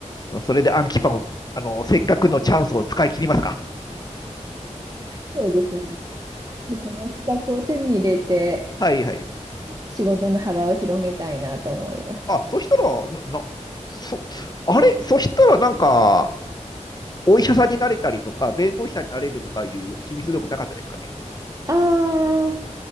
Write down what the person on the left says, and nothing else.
それで暗記パンを、あの、せっかくのチャンスを使い切りますか。
はいはい。
あ、そしたら、な、なそ、あれ、そしたらなんか、お医者さんになれたりとか、弁護士さんになれるとかいう秘密道具なかったですかね。